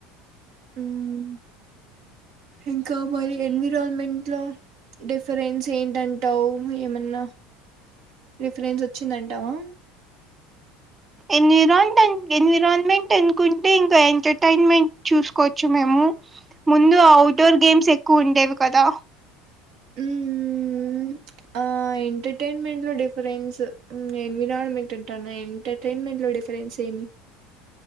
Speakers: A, on the right; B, on the right.
A: ఉమ్ ఇంకా మరి ఎన్విరాన్మెంట్ లో డిఫరెన్స్ ఏంటంటావు ఏమన్నా రిఫరెన్స్ వచ్చిందంటావా
B: ఎన్విరాన్ ఎన్విరాన్మెంట్ అనుకుంటే ఇంకా ఎంటర్టైన్మెంట్ చూసుకోవచ్చు మేము ముందు ఔడోర్ గేమ్స్ ఎక్కువ ఉండేవి కదా
A: ఉ ఆ ఎంటర్టైన్మెంట్ లో డిఫరెన్స్ ఎన్విరాన్మెంట్ అంటాన్న ఎంటర్టైన్మెంట్ లో డిఫరెన్స్ ఏమి